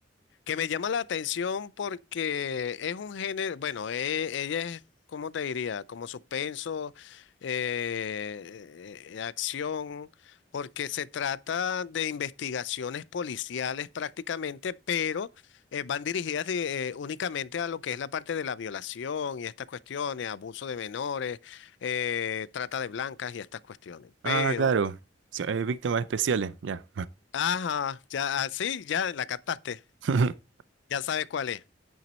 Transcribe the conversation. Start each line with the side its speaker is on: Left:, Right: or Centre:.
Left: Que me llama la atención porque es un género, bueno, e- ella es, ¿cómo te diría? Como suspenso, eh, eh, acción, porque se trata de investigaciones policiales prácticamente, pero eh, van dirigidas de- eh, únicamente a lo que es la parte de la violación y estas cuestiones, abuso de menores, eh, trata de blancas y estas cuestiones.
Right: Ah,
Left: Pero,
Right: claro. Sí, eh, víctimas especiales, ya.
Left: ajá, ya, ah, sí, ya la captaste,
Right: <laughs>
Left: ya sabes cuál es.